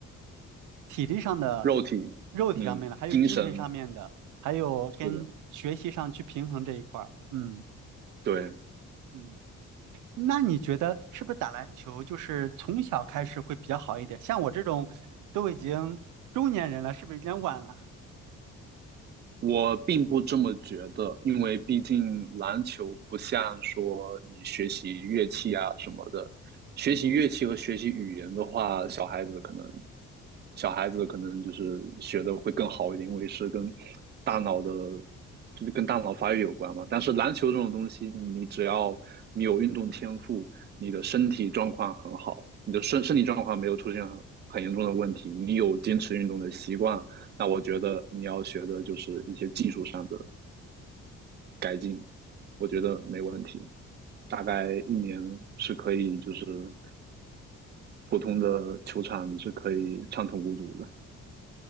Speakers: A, on the right; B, on the right.
A: 体力上的、
B: 肉体，
A: 肉体上面的，
B: 嗯，
A: 还有精神上面的，
B: 精神，
A: 还有跟学习上去平衡这一块儿。
B: 是的，
A: 嗯
B: 对。
A: 嗯。那你觉得是不是打篮球就是从小开始会比较好一点？像我这种都已经中年人了，是不是有点晚了？
B: 我并不这么觉得，因为毕竟篮球不像说你学习乐器啊什么的，学习乐器和学习语言的话，小孩子可能，小孩子可能就是学的会更好一点，因为是跟大脑的，就是跟大脑发育有关嘛。但是篮球这种东西，你只要你有运动天赋，你的身体状况很好，你的身身体状况没有出现很很严重的问题，你有坚持运动的习惯，那我觉得你要学的就是一些技术上的改进，我觉得没问题。大概一年是可以，就是普通的球场你是可以畅通无阻的